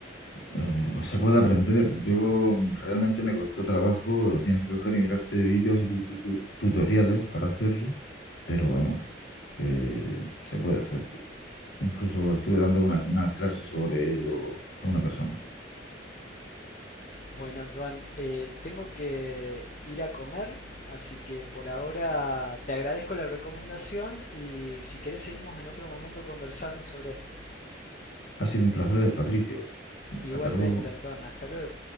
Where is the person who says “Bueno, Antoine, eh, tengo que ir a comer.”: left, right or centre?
Left